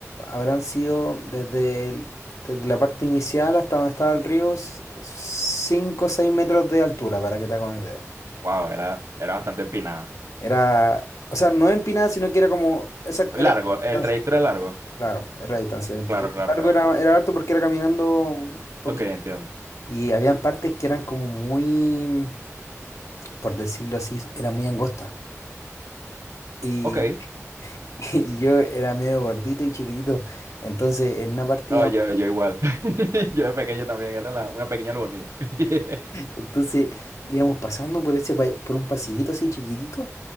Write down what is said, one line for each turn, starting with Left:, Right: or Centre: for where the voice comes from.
Left: habrán sido desde, el- desde la parte inicial hasta donde estaba el río, 5 o 6 metros de altura, para que te hagas una idea.
Right: Wow, era, era bastante empinada.
Left: Era, o sea, no empinada, sino que era como, esa
Right: Largo,
Left: era la distancia,
Right: el trayecto era largo.
Left: claro, era la distancia.
Right: Claro,
Left: Y
Right: claro,
Left: largo
Right: claro,
Left: era,
Right: claro.
Left: era harto porque era caminando un poquito.
Right: Ok, entiendo.
Left: Y habían partes que eran como muy, por decirlo así, era muy angosta. Y,
Right: Ok.
Left: <laughs> y yo era medio gordito y chiquitito. Entonces, en una parte
Right: No, yo, yo igual. <laughs> Yo de pequeño también era la- una pequeña albóndiga. <laughs>
Left: Entonces íbamos pasando por ese pa- por un pasillito así chiquitito